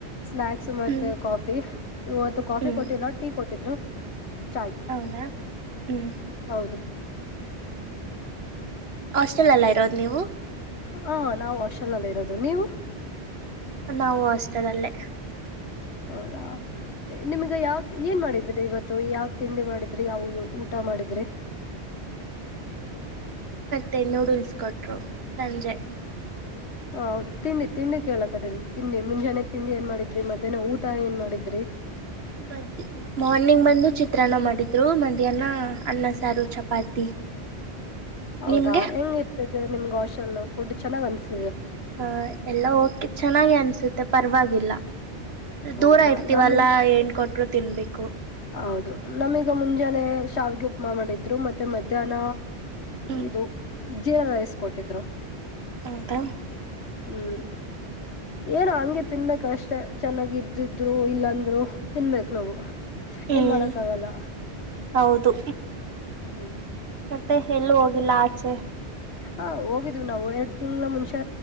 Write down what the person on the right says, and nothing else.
ಹ್ಞೂ
ಹ್ಞೂ
ಹೌದಾ ಹ್ಞೂ
ಹಾಸ್ಟೆಲಲ್ಲ ಇರೋದು ನೀವು
ನಾವು ಹಾಸ್ಟೆಲ್ಲ್ಲೇ
ತೆ ನೂಡಲ್ಸ್ ಕೊಟ್ರು ಸಂಜೆ
ಮ ಮಾರ್ನಿಂಗ್ ಬಂದು ಚಿ ತ್ರನ್ನ ಮಾಡಿದ್ರು ಮಧ್ಯಾಹ್ನ ಅನ್ನ ಸಾರು ಚಪಾತಿ
ನಿಮ್ಗೆ
ಹ ಎಲ್ಲ ಓಕೆ ಚೆನ್ನಾಗಿ ಅನ್ಸುತ್ತೆ ಪರವಾಗಿಲ್ಲ
ದೂರ ಇರ್ತೀವಲ್ಲಾ
ಏನ್ ಕೊಟ್ರು ತಿನ್ಬೇಕು
ಹ್ಮ್
ಅಂತ
ಹ್ಮ್
ಹೌದು
ಮತ್ತೆ ಎಲ್ಲೂ ಹೋಗಿಲ್ಲ ಆಚೆ